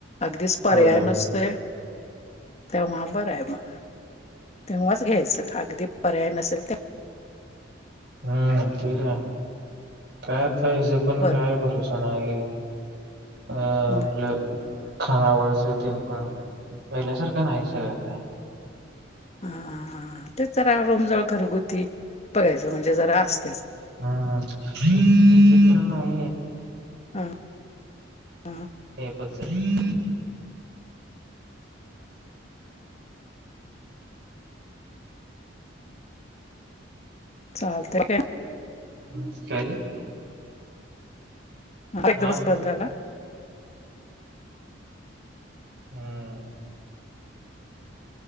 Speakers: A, on the left; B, on the right.
A: अगदीज पर्याय
B: होय
A: नसते तेव्हा बरं आहे मग तेव्हाच घ्यायचं अगदी पर्याय नसेल तेव्हा
B: हम्म ठीक आहे काय पाहिजे पण
A: बरं
B: काय भरोसा नाही अ आपलं
A: नाही.
B: खानावळच तन पण पहिल्यासारखं नाहीच आहे आता
A: हा हा तेच जरा रुमजवळ घरगुती बघायच म्हणजे जरा अस
B: हा इथे खर नाही
A: हा हा.
B: <inaudible>
A: चालते काय
B: हम्म सॉरी
A: एकदमच
B: हा
A: बंद झाला
B: हम्म.